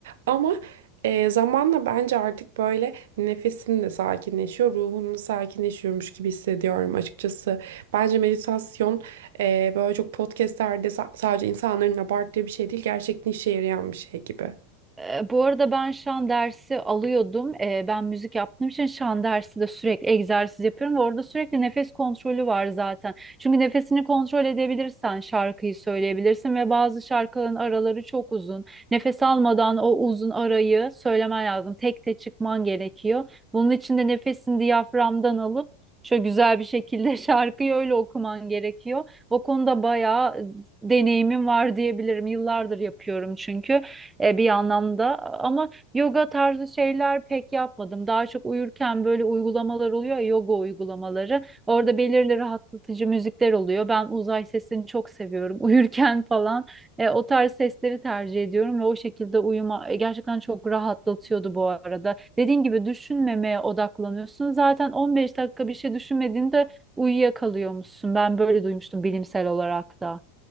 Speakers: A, on the right; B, on the right.
A: Ama e, zamanla bence artık böyle nefesin de sakinleşiyor, ruhun da sakinleşiyormuş gibi hissediyorum açıkçası. Bence meditasyon e, böyle çok podcastlerde sa- sadece insanların abarttığı bir şey değil, gerçekten işe yarayan bir şey gibi.
B: E, bu arada ben şan dersi alıyordum. E, ben müzik yaptığım için şan dersi de sürekli egzersiz yapıyorum ve orada sürekli nefes kontrolü var zaten. Çünkü nefesini kontrol edebilirsen şarkıyı söyleyebilirsin ve bazı şarkıların araları çok uzun. Nefes almadan o uzun arayı söylemen lazım. Tek tek çıkman gerekiyor. Bunun için de nefesini diyaframdan alıp şöyle güzel bir şekilde <laughs> şarkıyı öyle okuman gerekiyor. O konuda bayağı e, deneyimim var diyebilirim. Yıllardır yapıyorum çünkü e, bir anlamda ama yoga tarzı şeyler pek yapmadım. Daha çok uyurken böyle uygulamalar oluyor ya, yoga uygulamaları. Orada belirli rahatlatıcı müzikler oluyor. Ben uzay sesini çok seviyorum. <laughs> Uyurken falan e, o tarz sesleri tercih ediyorum ve o şekilde uyuma e, gerçekten çok rahatlatıyordu bu arada. Dediğin gibi düşünmemeye odaklanıyorsun. Zaten 15 dakika bir şey düşünmediğinde uyuyakalıyormuşsun. Ben böyle duymuştum bilimsel olarak da.